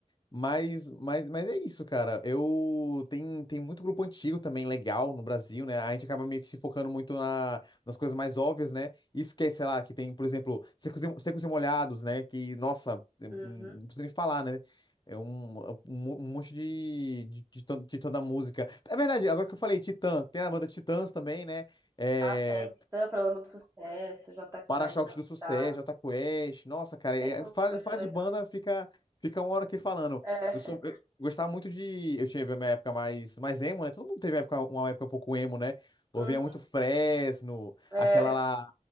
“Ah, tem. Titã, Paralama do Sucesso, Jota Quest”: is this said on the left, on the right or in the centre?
Right